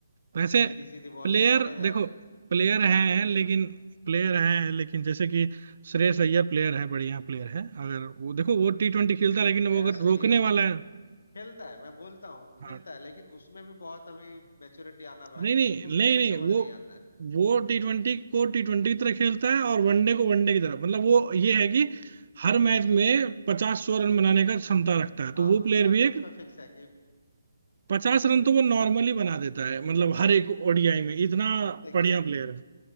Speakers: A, on the right; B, on the left.
A: वैसे
B: सीधी सीधी बॉल
A: प्लेयर
B: को मारे जा
A: देखो
B: रहे हैं
A: प्लेयर
B: स्टार
A: हैं
B: बन गए
A: लेकिन
B: भाई
A: प्लेयर हैं लेकिन जैसे कि श्रेयस अय्यर प्लेयर है बढ़िया प्लेयर है अगर वो देखो वो टी ट्वेंटी खेलता है लेकिन
B: श्रेयस
A: वो अगर
B: अय्यर
A: रोकने वाला है
B: खेलता है मैं बोलता हूँ
A: हाँ
B: खेलता है लेकिन उसमें भी बहुत अभी मेच्योरिटी आना बाकी
A: नहीं नहीं
B: उसको भी
A: नहीं
B: स्पिन
A: नहीं
B: समझ
A: वो
B: नहीं आता है
A: वो टी ट्वेंटी को टी ट्वेंटी की तरह खेलता है और वनडे को वनडे की तरह मतलब वो ये है कि हर मैच में पचास सौ रन बनाने का क्षमता रखता है
B: हाँ
A: तो वो
B: उत्पात
A: प्लेयर भी
B: तो उसका
A: एक
B: फिक्स है कि बिल्कुल
A: पचास
B: बिल्कुल
A: रन तो वो नॉर्मली बना देता है मतलब हर एक ओडीआई में इतना
B: हंसते
A: बढ़िया
B: खेलते
A: प्लेयर है